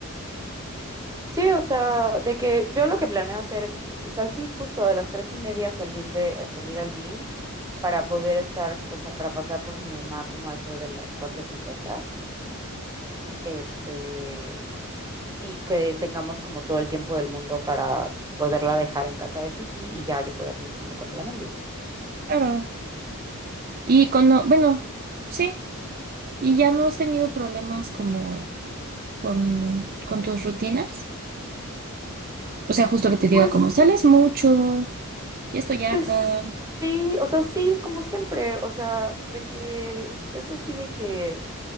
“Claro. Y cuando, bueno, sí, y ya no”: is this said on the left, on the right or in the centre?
Right